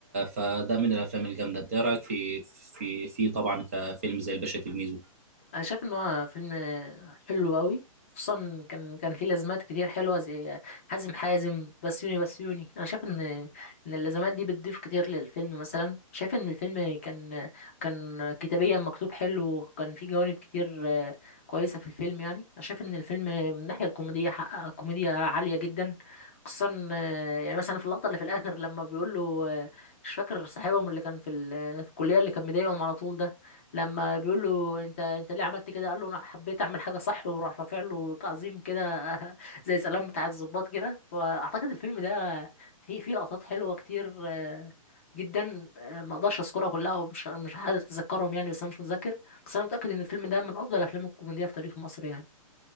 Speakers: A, on the right; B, on the left.
A: فده من الأفلام الجامدة أنت إيه رأيك في في في طبعا كفيلم زي الباشا تلميذ وكده؟
B: انا شايف ان هو فيلم حلو قوي خصوصا كان كان فيه لازمات كتير حلوه زي حازم حازم بسيوني بسيوني انا شايف ان ان اللازمات دي بتضيف كتير للفيلم مثلا شايف ان الفيلم كان كان كتابيا مكتوب حلو وكان فيه جوانب كتير آه، كويسه في الفيلم يعني انا شايف ان الفيلم من الناحيه الكوميديه حقق كوميديا عاليه جدا خصوصا آه، يعني مثلا في اللقطه اللي في الاخر لما بيقول له آه، مش فاكر صاحبهم اللي كان في ال- في الكليه اللي كان مضايقهم على طول ده لما بيقول له انت انت ليه عملت كده قال له انا حبيت اعمل حاجه صح وراح رافع له تعظيم كده <laughs> زي سلام بتاع الضباط كده فاعتقد الفيلم ده فيه فيه لقطات حلوه كتير آه، جدا آه، ما اقدرش اذكرها كلها ومش مش هتذكرهم يعني بس انا مش متذكر بس انا متاكد ان الفيلم ده من افضل افلام الكوميديا في تاريخ مصر يعني